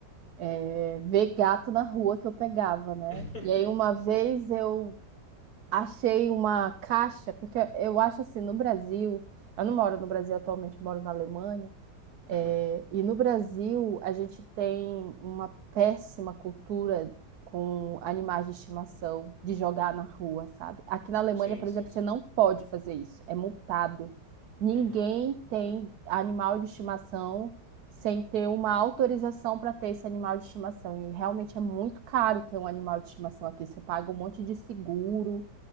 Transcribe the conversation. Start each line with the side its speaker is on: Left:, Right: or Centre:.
Right: é, ver gato na rua que eu pegava, né?
Left: <laughs>
Right: E aí uma vez
Left: Sei.
Right: eu achei uma caixa, porque eu acho assim, no Brasil, eu não moro no Brasil atualmente, eu moro na Alemanha, é,
Left: Aham.
Right: e no Brasil, a gente tem uma péssima cultura com animais de estimação, de jogar na rua, sabe? Aqui na Alemanha,
Left: Sim,
Right: por
Left: sim,
Right: exemplo,
Left: sim.
Right: você não pode fazer isso, é multado. Ninguém
Left: Uhum.
Right: tem animal de estimação sem ter uma autorização para ter esse animal de estimação. E realmente é muito caro ter um animal de estimação aqui. Você paga um monte de seguro.